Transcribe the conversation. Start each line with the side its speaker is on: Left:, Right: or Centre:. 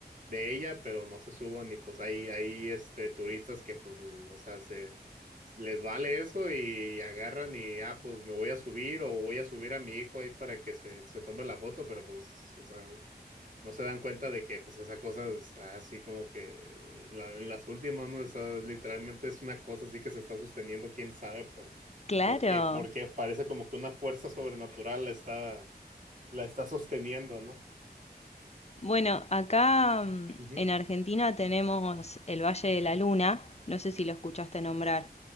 Right: de ella, pero no se suban y pues hay, hay este, turistas que pues, l- o sea, se, les vale eso y agarran y, ah, pues me voy a subir o voy a subir a mi hijo ahí para que se, se tome la foto, pero pues, o sea, no se dan cuenta de que pues esa cosa está así como que en la- en las últimas, ¿no? Está literalmente es una cosa así que se está sosteniendo, quién sabe por,
Left: Claro.
Right: por qué, porque parece como que una fuerza sobrenatural la está, la está sosteniendo, ¿no?
Left: Bueno, acá mm,
Right: Ujú.
Left: en Argentina tenemos el Valle de la Luna, no sé si lo escuchaste nombrar.